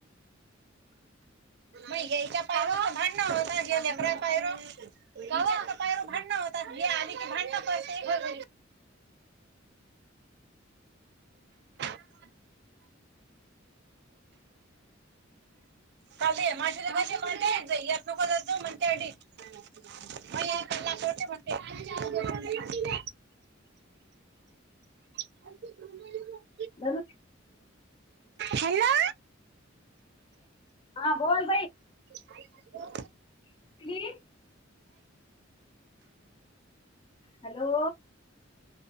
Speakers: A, on the right; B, on the left.
A: म याच्या पाय वं त भांडणं या लेकरांना पाय वं कवा तुमच्या पायाव भांडणं होतात ही आली की भांडणं करते. <inaudible> काल ते माशाचे पैसे म्हणते य चुकून झालात म्हणते हंडी <inaudible> कल्ला करुदे म्हणते. <unintelligible> <unintelligible>
B: नाय वं
A: हॅलो
B: हा बोल
A: काय ह
B: बाई हॅलो